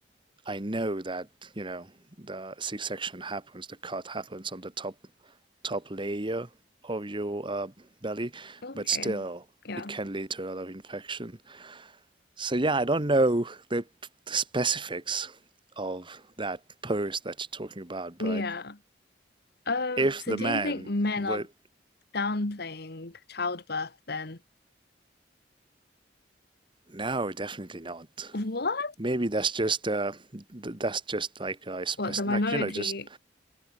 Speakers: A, on the right (about 30°); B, on the left (about 60°).
A: I know that you know the six section happens, the cut happens on the top top layer of your uh, belly,
B: Okay.
A: but still
B: Yeah.
A: it can lead to a lot of infection. So yeah, I don't know the, the specifics of that post that you're talking about,
B: Yeah.
A: but
B: Um,
A: if
B: so
A: the
B: do
A: man
B: you think men
A: would,
B: are downplaying childbirth then.
A: no, definitely not.
B: What?
A: Maybe that's just uh, that's just like a spec,
B: What, the minority?
A: like you know, just